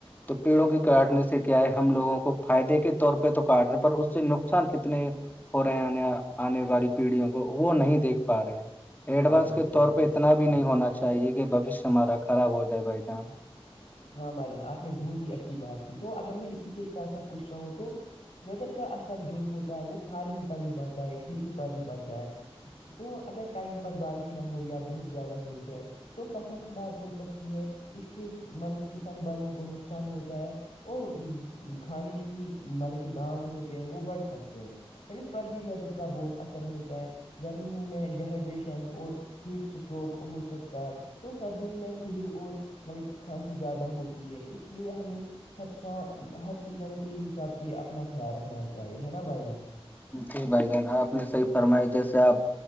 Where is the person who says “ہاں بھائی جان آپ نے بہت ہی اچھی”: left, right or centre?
Left